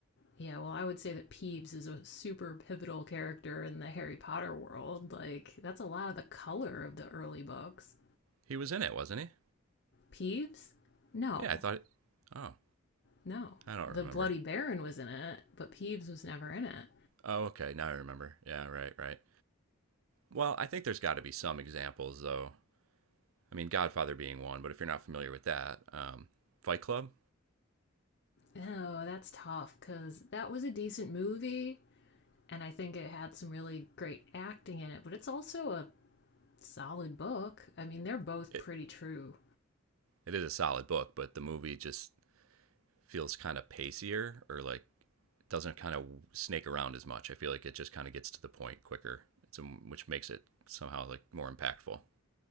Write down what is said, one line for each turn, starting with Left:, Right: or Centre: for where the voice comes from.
Left: Yeah, well, I would say that Peeves is a super pivotal character in the Harry Potter world. Like, that's a lot of the color of the early books.
Right: He was in it, wasn't he?
Left: Peeves? No,
Right: Yeah, I thought. It... Oh,
Left: no.
Right: I don't
Left: The
Right: remember.
Left: Bloody Baron was in it, but Peeves was never in it.
Right: Oh, okay, now I remember. Yeah, right, right. Well, I think there's got to be some examples, though, I mean, Godfather being one, but if you're not familiar with that, um, Fight Club,
Left: Oh, that's tough, because that was a decent movie, and I think it had some really great acting in it, but it's also a solid book. I mean, they're both
Right: it,
Left: pretty true.
Right: it is a solid book, but the movie just feels kind of pacier or like doesn't kind of snake around as much. I feel like it just kind of gets to the point quicker, it's a, which makes it somehow like more impactful.